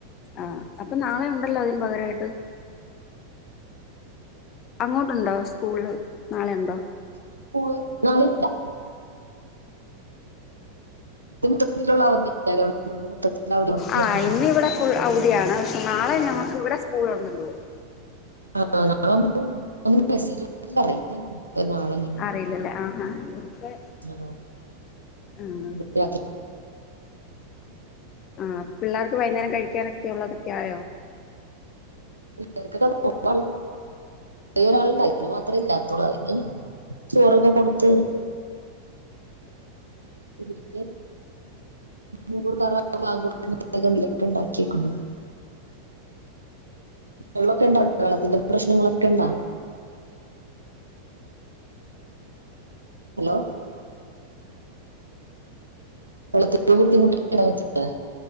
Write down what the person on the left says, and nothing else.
ആഹ് അപ്പൊ നാളെ ഉണ്ടല്ലോ അതിന് പകരമായിട്ട് അങ്ങോട്ടുണ്ടോ സ്കൂള് നാളെ ഉണ്ടോ
ആഹ് ഇന്ന്
ഇവിടെ ഫുൾ ഔധിയാണ് പക്ഷെ നാളെ ഞമ്മുക്ക് ഇവിടെ സ്കൂൾ ഉണ്ട് തോന്ന്
അറിയില്ലല്ലേ
ആഹാ ഇവിടുത്തെ
ആഹ് ആഹ് പിള്ളേർക്ക് വൈന്നേരം കഴിക്കാനൊക്കെ ഉള്ളതൊക്കെ ആയോ